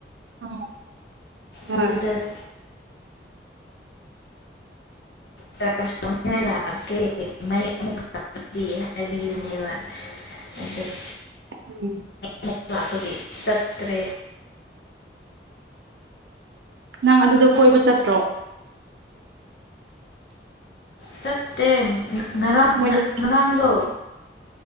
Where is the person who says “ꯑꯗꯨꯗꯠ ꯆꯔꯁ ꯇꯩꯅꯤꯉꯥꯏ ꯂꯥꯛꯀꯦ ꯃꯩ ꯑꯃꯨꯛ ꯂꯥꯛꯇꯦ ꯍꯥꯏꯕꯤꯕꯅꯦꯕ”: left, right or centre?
Left